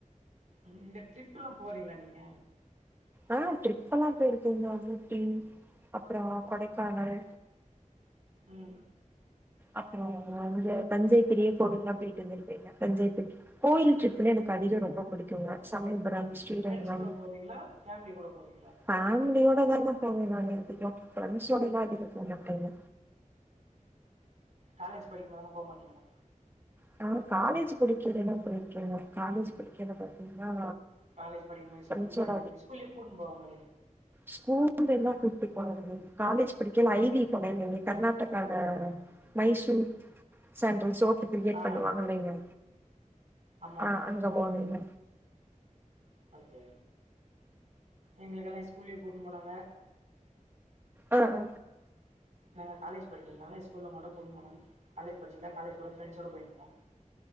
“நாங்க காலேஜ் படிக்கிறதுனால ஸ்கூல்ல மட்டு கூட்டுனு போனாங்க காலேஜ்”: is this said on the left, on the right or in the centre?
Right